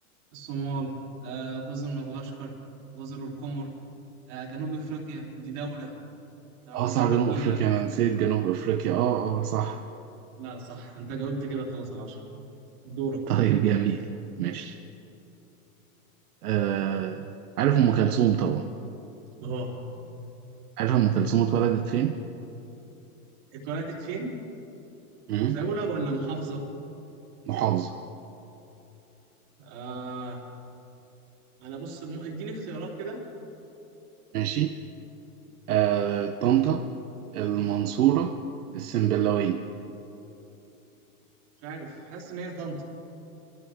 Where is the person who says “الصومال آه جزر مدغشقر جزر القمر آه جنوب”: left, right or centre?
Right